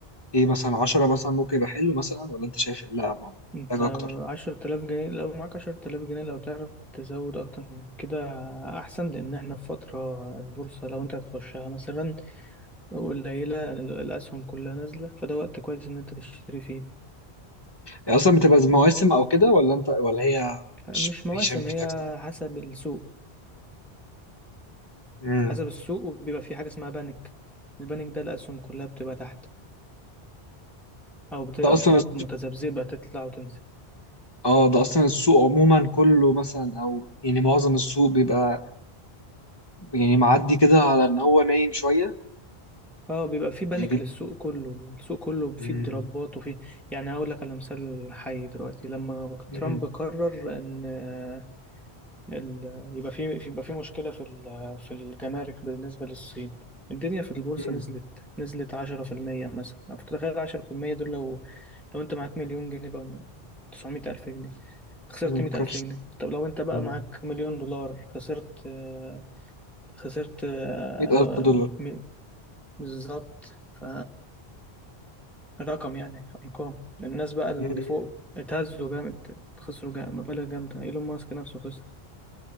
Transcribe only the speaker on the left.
ايه مثلا عشرة مثلا ممكن يبقى حلو مثلا ولا انت شايف إيه؟ لا محتاج
اكتر
هي اصلا بتبقى زي مواسم او كده ولا انت ولا هي
مش
مش مش
أكتر؟
امم
ده اصلا السوق-
اه ده اصلا السوق عموما كله مثلا او يعني معظم السوق بيبقى يعني معدي كده على ان هو نايم شويه
يعني دي
امم
امم
امم
أمم،
كارثه
امم
100000
دولار
امم